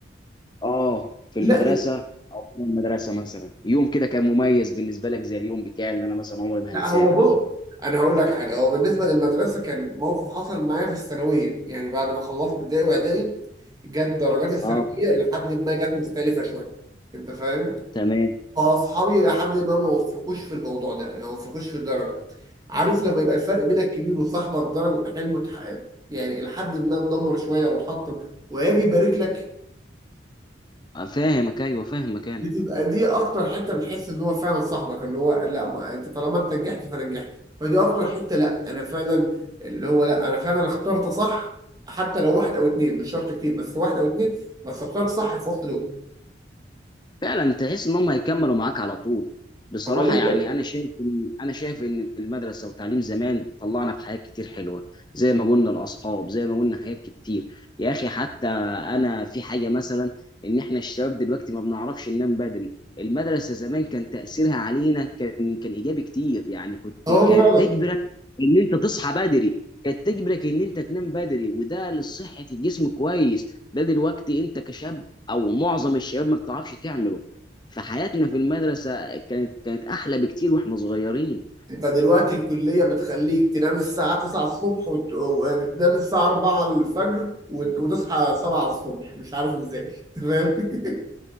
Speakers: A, on the left (about 25°); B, on the right (about 20°).
A: اه في
B: لا
A: المدرسه او في المدرسه مثلا يوم كده كان مميز بالنسبه لك زي اليوم بتاعي اللي انا مثلا عمري ما
B: لا
A: هنساه
B: هو
A: ده
B: بص انا هقول لك حاجه هو بالنسبه للمدرسه كان موقف حصل معايا في الثانويه يعني بعد ما خلصت ابتدائي واعدادي جت درجات الثانويه
A: اه
B: لحد ما جت مختلفه شويه انت فاهم
A: تمام
B: فاصحابي لحد ما ما وفقوش في الموضوع ده ما وفقوش في الدرجه عارف لما يبقى الفرق بينك كبير وصاحبك درجه حلمه اتحقق يعني لحد ما اتدمر شويه واتحطم ويجي يبارك لك
A: فاهمك ايوه فاهمك انا
B: بتبقى دي اكتر حته بتحس ان هو فعلا صاحبك اللي هو لا ما انت طالما انت نجحت فانا نجحت فدي اكتر حته لا انا فعلا اللي هو لا انا فعلا اخترت صح حتى لو واحد او اتنين مش شرط كتير بس واحد او اتنين بس اخترت صح في وسط دول
A: فعلا تحس ان هم هيكملوا معاك على طول بصراحه
B: هو لسه
A: يعني انا شايف إن- انا شايف ان المدرسه وتعليم زمان طلعنا بحاجات كتير حلوه زي ما قلنا الاصحاب زي ما قلنا حاجات كتير يا اخي حتى انا في حاجه مثلا ان احنا الشباب دلوقتي ما بنعرفش ننام بدري المدرسه زمان كان تاثيرها علينا كان كان ايجابي كتير يعني كنت
B: هو
A: كانت
B: فعلا
A: تجبرك ان انت تصحى بدري كانت تجبرك ان انت تنام بدري وده لصحه الجسم كويس ده دلوقتي انت كشاب او معظم الشباب ما بتعرفش تعمله فحياتنا في المدرسه كانت كانت احلى بكتير واحنا صغيرين
B: انت دلوقتي الكليه بتخليك تنام الساعه 9 الصبح وت- وتنام الساعه 4 الفجر وت- وتصحى 7 الصبح مش عارف ازاي <laughs>